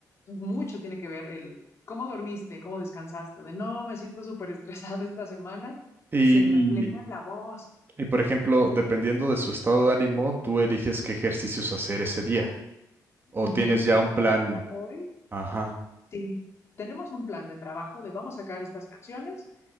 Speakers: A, on the left (about 40°); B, on the right (about 35°).
A: mucho tiene que ver el cómo dormiste, cómo descansaste, de no, me siento súper estresado esta semana,
B: Y,
A: se refleja
B: y-
A: en la voz
B: y, por ejemplo, dependiendo de su estado de ánimo, tú eliges qué ejercicios hacer ese día. O
A: uh -huh,
B: tienes ya
A: de
B: un
A: cómo
B: plan.
A: venga hoy.
B: Ajá.
A: Sí, tenemos un plan de trabajo de vamos a sacar estas canciones